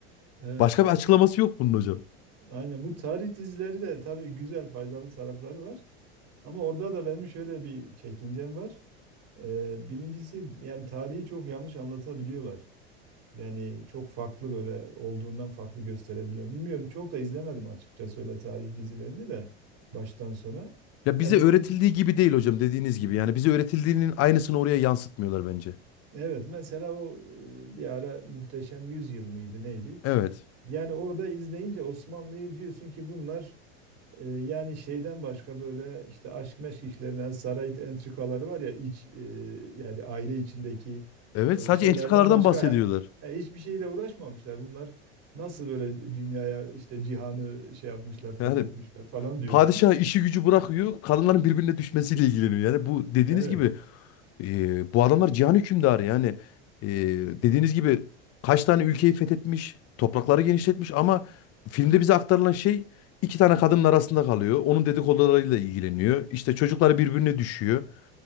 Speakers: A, on the right (about 50°); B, on the left (about 45°).
A: evet.
B: Başka bir açıklaması yok bunun hocam.
A: Aynen bu tarih dizileri de tabii güzel faydalı tarafları var. Ama orada da benim şöyle bir çekincem var. Ee, birincisi yani tarihi çok yanlış anlatabiliyorlar. Yani çok farklı böyle olduğundan farklı gösterebiliyor. Bilmiyorum çok da izlemedim açıkçası öyle tarih dizilerini de baştan sona.
B: Ya
A: Ya
B: bize
A: birinci
B: öğretildiği gibi değil hocam dediğiniz gibi. Yani bize öğretildiğinin aynısını oraya yansıtmıyorlar bence.
A: evet mesela o e, bir ara Muhteşem Yüzyıl mıydı neydi?
B: Evet.
A: Yani orada izleyince Osmanlı'yı diyorsun ki bunlar E, yani şeyden başka böyle işte aşk meşk işlerinden saray entrikaları var ya iç e, yani aile içindeki
B: Evet
A: e,
B: sadece
A: şeylerden
B: entrikalardan
A: başka
B: bahsediyorlar.
A: he- he, hiçbir şeyle uğraşmamışlar. Bunlar nasıl böyle dünyaya işte cihanı şey yapmışlar, fethetmişler
B: Yani
A: falan diyorsun.
B: Padişah işi gücü bırakıyor. Kadınların birbirine düşmesiyle ilgileniyor. Yani bu dediğiniz
A: Evet,
B: gibi e, bu adamlar cihan hükümdarı. Yani e, dediğiniz gibi kaç tane ülkeyi fethetmiş, toprakları genişletmiş ama filmde bize aktarılan şey iki tane kadının arasında kalıyor. Onun dedikodularıyla ilgileniyor. İşte çocukları birbirine düşüyor.